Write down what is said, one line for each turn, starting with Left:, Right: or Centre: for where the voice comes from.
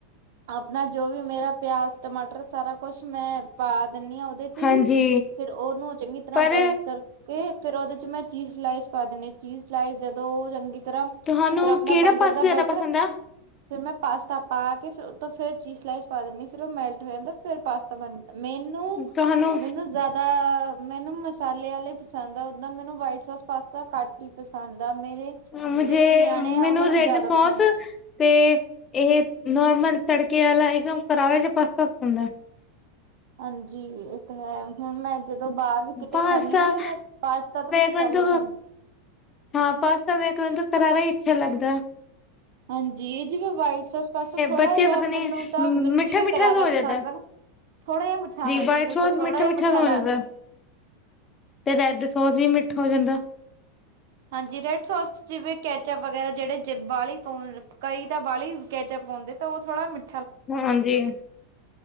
Right: ਆਪਣਾ ਜੋ ਵੀ ਮੇਰਾ ਪਿਆਜ਼, ਟਮਾਟਰ ਸਾਰਾ ਕੁਛ ਮੈਂ ਪਾ ਦਿੰਦੀ ਹਾਂ। ਉਹਦੇ ਜੀ,
Left: ਹਾਂਜੀ
Right: ਫਿਰ ਉਹਨੂੰ ਚੰਗੀ ਤਰਾਂ
Left: ਪਰ
Right: ਬੋਇਲ ਕਰ। ਤੇ ਫੇਰ ਉਹਦੇ ਚ ਮੈਂ ਚੀਜ਼ ਸਲਾਈਸ ਪਾ ਦਿੰਦੀ, ਚੀਜ਼ ਸਲਾਈਸ ਜਦੋਂ ਉਹ ਚੰਗੀ ਤਰਾਂ
Left: ਤੁਹਾਨੂੰ
Right: ਫਿਰ ਆਪਨਾ
Left: ਕਿਹੜਾ
Right: ਬਣ
Left: ਪਾਸਤਾ
Right: ਜਾਂਦਾ
Left: ਜ਼ਿਆਦਾ
Right: ਬੈਟਰ।
Left: ਪਸੰਦ ਆ
Right: ਫੇਰ ਮੈਂ ਪਾਸਤਾ ਪਾ ਕੇ, ਫਿਰ ਉਹਤੋ ਫਿਰ ਚੀਜ਼ ਸਲਾਈਸ ਪਾ ਦਿੰਦੀ ਹਾਂ। ਫਿਰ ਉਹ ਮੈਲਟ ਹੋ ਜਾਂਦਾ। ਫਿਰ ਪਾਸਤਾ ਬਨ ਜ ਮੈਨੂੰ-ਮੈਨੂੰ
Left: ਤੁਹਾਨੂੰ
Right: ਜ਼ਿਆ ਦਾ ਮੈਨੂੰ ਮਸਾਲੇ ਵਾਲੇ ਪਸੰਦ ਆ, ਓਹਦਾਂ ਮੈਨੂੰ ਵਾਈਟ ਸੋਸ ਪਾਸਤਾ ਘੱਟ ਹੀ ਪਸੰਦ ਆ। ਮੇਰੇ
Left: ਮੰਮੀ
Right: ਜਿਹੜੇ
Left: ਜੀ,
Right: ਨਿਆਣੇ ਆ
Left: ਮੈਨੂੰ
Right: ਉਹਨਾਂ ਨੂੰ
Left: ਰੈਡ
Right: ਜ਼ਿਆਦਾ
Left: ਸੋਸ
Right: ਪਸੰਦ ਆ
Left: ਤੇ, ਇਹ ਨੋਰਮਲ ਤੜਕੇ ਵਾਲਾ, ਇਕਦਮ ਕਰਾਰਾ ਜਿਹਾ ਪਾਸਤਾ ਪਸੰਦ ਹੈ।
Right: ਹਾਂਜੀ ਇਹ ਤਾ ਹੈ, ਹੁਣ ਮੈਂ ਜਦੋ ਬਾਹਰ <unintelligible> ਕਿਤੇ
Left: ਪਾਸਤਾ
Right: ਖਾਂਦੀ ਆ ਤੇ ਮੈਂ ਪਾਸਤਾ ਤੇ ਮੈਂ ਮਸਾਲਾ
Left: ਕਣ ਤੋਂ
Right: ਹੀ ਖਾਂਦੀ।
Left: ਹਾਂ ਪਾਸਤਾ ਮੈਂ ਕਹਿੰਦੀ ਹਾਂ, ਕਰਾਰਾ ਹੀ ਅੱਛਾ ਲੱਗਦਾ ਏ।
Right: ਹਾਂਜੀ ਜਿਵੇਂ ਵਾਈਟ ਸੋਸ ਪਾਸਤਾ ਥੋੜਾ
Left: ਬੱਚੇ
Right: ਜਿਹਾ
Left: ਪਤਾ
Right: ਮੈਨੂੰ
Left: ਨੀ
Right: ਤਾ, ਮੈਨੂੰ
Left: ਮਿੱਠਾ
Right: ਜਿਵੇ
Left: ਮਿੱਠਾ
Right: ਕਰਾਰਾ
Left: ਹੋ
Right: ਪਸੰਦ
Left: ਜਾਂਦਾ।
Right: ਆ ਨਾ। ਥੋੜਾ ਜਿਹਾ ਮਿੱਠਾ, ਹਾਂਜੀ
Left: ਵਾਈਟ
Right: ਬਿਲਕੁਲ
Left: ਸੌਸ
Right: ਥੋੜਾ ਜਿਹਾ ਮਿੱਠਾ
Left: ਹੋ
Right: ਲਾ
Left: ਜਾਂਦਾ
Right: ਤਾ
Left: ਤੇ ਰੈਡ ਸੋਸ ਵੀ ਮਿੱਠਾ ਹੋ ਜਾਂਦਾ।
Right: ਹਾਂਜੀ ਰੈਡ ਸੋਸ ਜਿਵੇਂ ਕੈਚ ਵਗੈਰਾ ਜੇੜੇ ਬਾਅਲੀ ਪੋਣ ਕਈ ਤਾਂ ਬਾਹਲੀ ਕੈਚਪ ਪਾਉਂਦੇ। ਤੇ ਓ ਥੋੜਾ ਮਿਠ-
Left: ਹਾਂਜੀ,